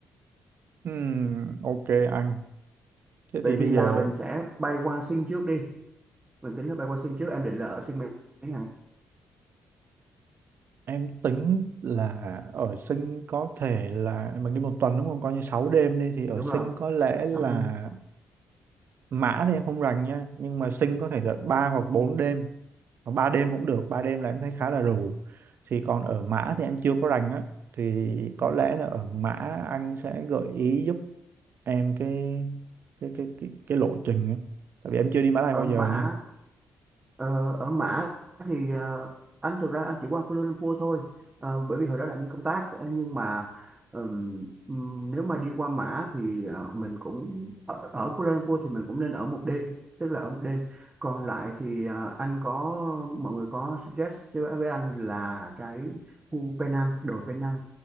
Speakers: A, on the right; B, on the right.
A: ừm, ok anh thế
B: vậy
A: thì bây
B: thì là
A: giờ
B: mình sẽ bay qua sinh trước đi mình tính là bay qua sinh trước em định là ở sinh mấy ngày
A: em tính là ở Sinh có thể là mình đi một tuần đúng không coi như 6 đêm đi thì ở
B: đúng
A: Sinh
B: rồi
A: có lẽ là
B: sáu đêm
A: Mã thì em không rành nha nhưng mà Sinh có thể là 3 hoặc 4 đêm Hoặc ba đêm cũng được ba đêm là em thấy khá là rù thì còn ở Mã thì em chưa có rành á thì có lẽ là ở Mã anh sẽ gợi ý giúp em cái cái cái cái, cái lộ trình á tại vì em chưa đi Mã Lai
B: ở
A: bao giờ
B: Mã
A: nha
B: Ờ, ở Mã thì ờ, anh thực ra anh chỉ qua Kuala Lumpur thôi Ờ, bởi vì hồi đó là anh đi công tác Ờ, nhưng mà ừm, ừm, nếu mà đi qua Mã thì ờ, mình cũng ở, ở Kuala Lumpur thì mình cũng nên ở một đêm tức là ở một đêm còn lại thì ờ, anh có mọi người có suggest cho với anh là cái khu Penang đồi Penang